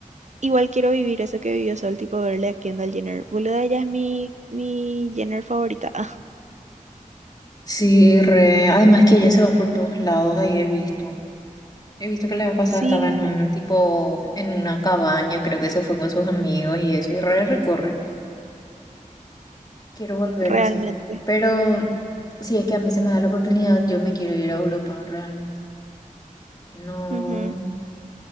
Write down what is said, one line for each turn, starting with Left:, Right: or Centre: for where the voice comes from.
Right: Igual quiero vivir eso que vivió Sol, tipo verle a Kendall Jenner. Boluda, ella es mi, mi Jenner favorita. <laughs>
Left: sí, re. Además que ella se va por todos lados, ahí he visto. He visto que la vez pasada
Right: sí,
Left: estaba en un tipo, en una cabaña, creo que se fue con sus amigos y eso, y re recorre. Quiero volver
Right: realmente.
Left: así. Pero si es que a mí se me da la oportunidad, yo me quiero ir a Europa realmente. No,
Right: Ujú,